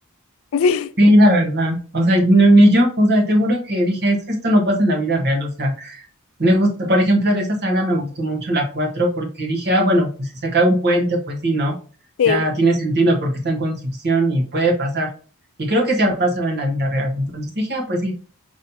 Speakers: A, on the left (about 65°); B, on the right (about 50°).
A: <laughs> Sí,
B: Sí, la verdad. O sea, no- ni yo, o sea, te juro que dije, es que esto no pasa en la vida real, o sea, Me gusta, por ejemplo, de esa saga me gustó mucho la 4 porque dije, ah, bueno, pues si se cae un puente, pues sí, ¿no?
A: sí,
B: Ya tiene sentido porque está en construcción y puede pasar. Y creo que se ha pasado en la vida real. Entonces dije, ah, pues sí,